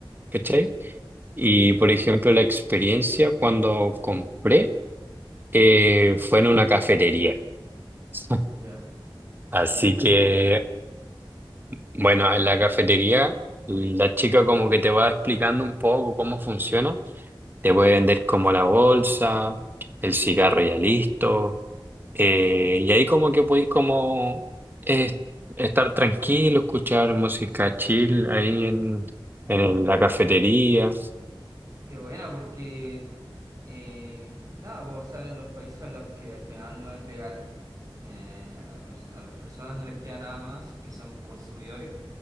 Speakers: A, on the right; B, on the right.
A: ¿cachai? Y
B: Ya,
A: por ejemplo, la experiencia cuando compré eh, fue en una cafetería. <laughs>
B: ya,
A: Así
B: ya.
A: que,
B: O-
A: bueno, en la cafetería la chica como que te va explicando un poco cómo funciona. Te puede vender como la bolsa, el cigarro ya listo. eh, y ahí como que podéis como eh, estar tranquilo, escuchar música chill ahí en, en
B: o-
A: la cafetería.
B: ok. Qué buena, porque eh, nada, pues, vos sabes en los países en los que al final no es legal, eh, a, la pers- a las personas no les queda nada más, si es que son consumidores,